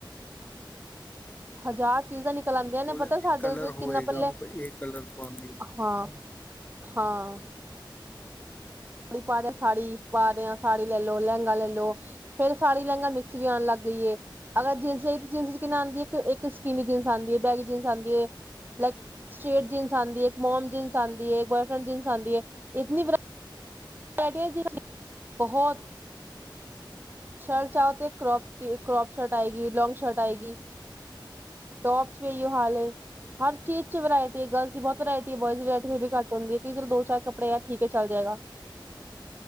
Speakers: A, on the right (about 25°); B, on the left (about 20°).
A: ਹਜ਼ਾਰ ਚੀਜ਼ਾਂ ਨਿਕਲ
B: ਹੂੰ,
A: ਆਂਦੀਆਂ
B: ਉਹਦੇ
A: ਨੇ ਪਤਾ
B: ਵਿੱਚ
A: ਸਾਡੇ
B: ਕਲਰ
A: ਤੇ ਕਿੰਨਾ
B: ਹੋਏਗਾ
A: ਪੱਲੇ
B: ਇਹ ਕਲਰ ਪਾਂਦੀ
A: ਹਾਂ। ਹਾਂ। ਸਾੜੀ ਪਾ <unintelligible> ਸਾੜੀ ਪਾ ਰਹੇ ਹਾਂ, ਸਾੜੀ ਲੈ ਲਓ, ਲਹਿੰਗਾ ਲੈ ਲਓ, ਫਿਰ ਸਾੜੀ ਲਹਿੰਗਾ ਮਿਕਸ ਵੀ ਆਣ ਲੱਗ ਗਈ ਏ, ਅਗਰ ਜੀਨਸ ਲਈ ਜੀਨਸ ਕਿ ਆਂਦੀ ਹੈ ਇੱਕ ਸਕੀਨੀ ਜੀਨਸ ਆਂਦੀ ਏ, ਇੱਕ ਬੈਗੀ ਜੀਨਸ ਆਂਦੀ ਏ, ਲਾਈਕ ਸਟਰੇਟ ਜੀਨਸ ਆਂਦੀ ਏ, ਇੱਕ ਮੋਮ ਜੀਨਸ ਆਂਦੀ ਏ, ਇੱਕ ਬੋਇਫ੍ਰੈਂਡ ਜੀਨਸ ਆਂਦੀ ਏ, ਇਤਨੀ ਵਰਾਇ <unintelligible> ਬਹੋਤ <unintelligible> ਚਾਓ ਤੇ ਕਰੋਪ ਕਰੋਪ ਸ਼ਰਟ ਆਏਗੀ, ਲੌਂਗ ਸ਼ਰਟ ਆਏਗੀ, ਟੋਪਸ ਵੀ ਏਹੀਓ ਹਾਲ ਏ, ਹਰ ਚੀਜ਼ ਚ ਵਰਾਇਟੀ ਹੈ, ਗਰਲਸ ਦੀ ਬਹੋਤ ਵਰਾਇਟੀ ਏ, ਬੋਆਇਜ਼ ਦੀ ਵਰਾਇਟੀ ਫਿਰ ਵੀ ਘੱਟ ਹੁੰਦੀ ਐ। ਕਿ ਫਿਰ ਦੋ ਚਾਰ ਕੱਪੜੇ ਆ ਠੀਕ ਐ, ਚੱਲ ਜੇਗਾ।